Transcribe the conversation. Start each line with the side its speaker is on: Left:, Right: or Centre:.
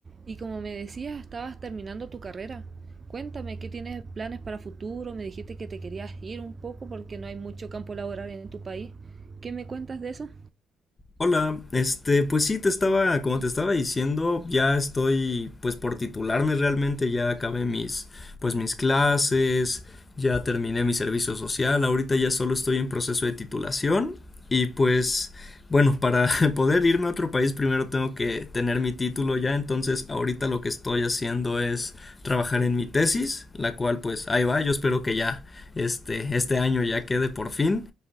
Right: Y como me decías, estabas terminando tu carrera. Cuéntame, ¿qué tienes planes para futuro? Me dijiste que te querías ir un poco porque no hay mucho campo laboral en tu país. ¿Qué me cuentas de eso?
Left: Hola, este, pues sí, te estaba, como te estaba diciendo, ya estoy, pues por titularme realmente, ya acabé mis, pues mis clases, ya terminé mi servicio social, ahorita ya solo estoy en proceso de titulación y pues, bueno, para <laughs> poder irme a otro país primero tengo que tener mi título ya, entonces ahorita lo que estoy haciendo es trabajar en mi tesis, la cual pues ahí va, yo espero que ya, este, este año ya quede por fin.